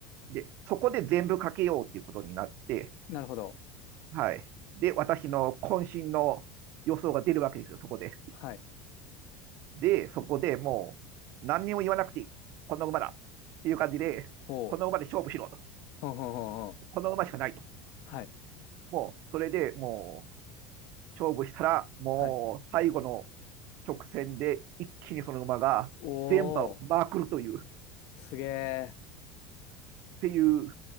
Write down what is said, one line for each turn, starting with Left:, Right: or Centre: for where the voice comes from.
Right: で、そこで全部かけようっていうことになって、
Left: なるほど。
Right: はい。で、私の渾身の予想が出るわけですよ、そこで。
Left: はい。
Right: で、そこでもう、何にも言わなくていい。この馬だ。っていう感じで、
Left: ほう。
Right: この馬で勝負しろと。
Left: ほうほうほうほう。
Right: この馬しかないと。
Left: はい。
Right: もう、それでもう、勝負したら、もう、
Left: はい。
Right: 最後の直線で一気にその馬が全馬をまくるという、
Left: おー。
Right: っ
Left: すげ
Right: ていう